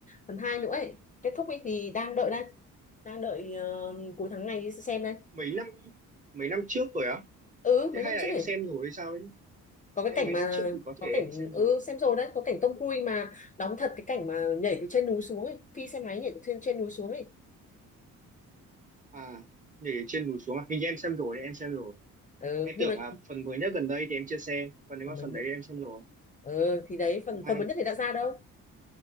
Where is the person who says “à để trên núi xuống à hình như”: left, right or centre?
Right